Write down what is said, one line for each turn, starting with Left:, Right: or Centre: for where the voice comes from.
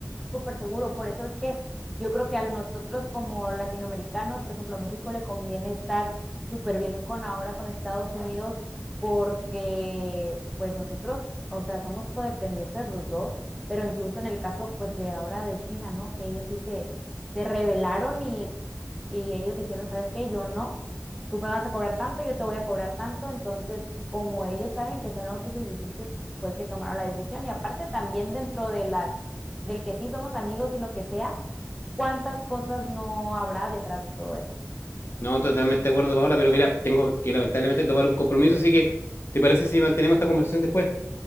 Centre: súper seguro. Por eso es que yo creo que a nosotros como latinoamericanos, por ejemplo, a México le conviene estar súper bien con ahora con Estados Unidos porque pues nosotros, o sea, somos codependientes los dos, pero incluso en el caso pues de ahora de China, ¿no? Que ellos sí se, se rebelaron y, y ellos dijeron, ¿sabes qué? Yo no tú me vas a cobrar tanto, yo te voy a cobrar tanto, entonces como ellos saben que son autosuficientes, fue que tomaron la decisión y aparte también dentro de las del que sí somos amigos y lo que sea, cuántas cosas no habrá detrás de todo eso.
Left: No, totalmente de acuerdo, Paola, pero mira, tengo que lamentablemente tomar un compromiso, así que ¿te parece si mantenemos esta conversación después?